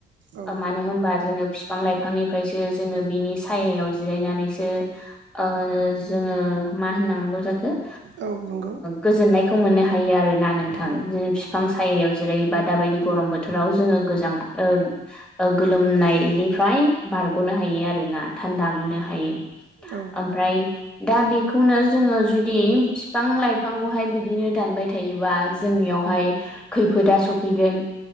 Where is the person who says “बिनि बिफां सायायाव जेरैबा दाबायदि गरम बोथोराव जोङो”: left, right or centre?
Centre